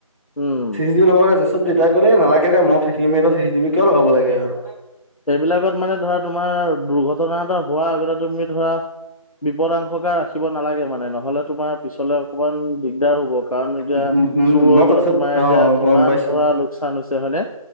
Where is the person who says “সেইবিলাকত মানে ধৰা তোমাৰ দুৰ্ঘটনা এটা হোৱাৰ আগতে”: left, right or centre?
Left